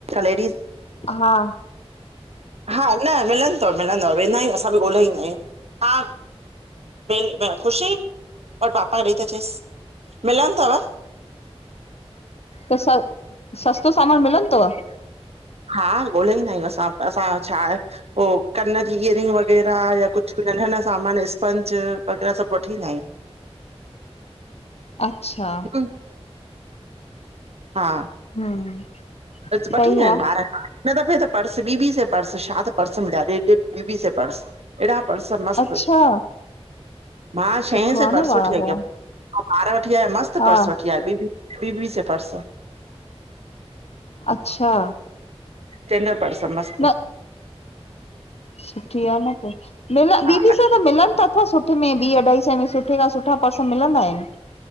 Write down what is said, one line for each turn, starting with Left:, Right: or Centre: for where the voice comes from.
Right: लेडीस
Left: हा।
Right: हा न मिलंदो तव मिलंदव वेंदा आयूं असां बि ॻोल्हे ईंदा आयूं हा। ब ख़ुशी और पापा खे ॾेई त अचेस मिलन तव।
Left: त स सस्तो सामान मिलंदो तव?
Right: हा ॻोल्हे ईंदा आयूं असां, असां छा आहे हो कन जी इयरिंग वग़ैरह या कुझ नंढा नंढा सामान स्पंज वग़ैरह सभ वठी ईंदा आयूं।
Left: अच्छा।
Right: हूं। हा।
Left: हम्म।
Right: वठी
Left: सही
Right: ईंदा आहिन
Left: आ,
Right: ॿार खा। हिन दफ़े त पर्स बी बी सै पर्स छा त पर्स मिला डेढ़ डेढ़ बी बी सै पर्स। एॾा पर्स मस्त,
Left: अच्छा
Right: मां छह
Left: सुठो आ
Right: सै
Left: न
Right: पर्स
Left: पाण
Right: वठी आई
Left: पो,
Right: हुयम। अउ ॿार वठी आया मस्त
Left: हा
Right: पर्स वठी आया बी बी बी बी सै पर्स।
Left: अच्छा।
Right: स्टैंडर्ड पर्स मस्त।
Left: न सुठी आ न पो, मिल
Right: हा
Left: बी बी सै मिलन त अथव सुठे में बी अढाई सै में सुठे खां सुठा पर्स मिलंदा आहिन।